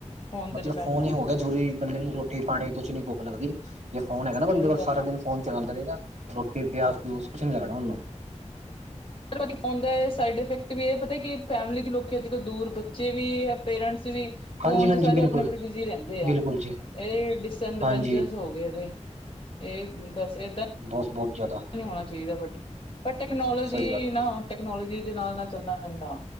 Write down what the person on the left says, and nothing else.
ਤੇ
ਡਿਪੈਂਡ
ਆ
ਸਹੀ
ਗੱਲ
ਆ
<unintelligible> ਸਾਈਡ ਇਫੈਕਟ ਵੀ ਇਹ ਪਤਾ ਕਿ ਫੈਮਿਲੀ ਤੋਂ ਲੋਕ ਅੱਜ ਕੱਲ ਦੂਰ ਬੱਚੇ ਵੀ ਪੇਰੈਂਟਸ ਵੀ ਫੋਨ
ਚ ਸਾਰੇ
ਆਪਣੇ ਆਪਣੇ ਬਿਜ਼ੀ ਰਹਿੰਦੇ
ਆ।
ਇਹ ਡਿਸਡਵੈਂਚਰਸ
ਹੋ ਗਏ ਇਹਦੇ ਇਹ ਬਸ ਏਦਾਂ
ਨਹੀਂ ਹੋਣਾ ਚਾਹੀਦਾ ਬਟ ਪਰ ਟੈਕਨੋਲੋਜੀ
ਨਾ
ਟੈਕਨੋਲੋਜੀ ਦੇ ਨਾਲ ਨਾਲ ਚੱਲਣਾ ਪੈਂਦਾ